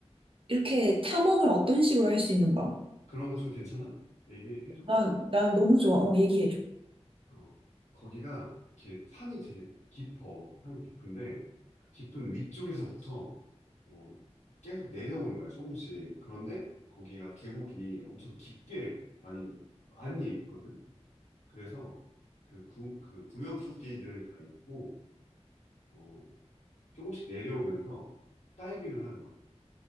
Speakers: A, on the right; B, on the left.
A: 이렇게 탐험을 어떤 식으로 할 수 있는 거야?
B: 그런 거 좀 괜찮아? 얘기해줘.
A: 난, 난 너무 좋아. 어, 얘기해줘.
B: 어, 거기가 이렇게 산이 되게 깊어. 산이 깊은데, 그 깊은 위쪽에서부터 뭐 계속 내려오는 거야, 조금씩. 그런데 거기가 계곡이 엄청 깊게 많이, 많이 있거든? 그래서 그 구, 그 구명조끼들 다 입고, 어, 조금씩 내려오면서 다이빙을 하는 거야.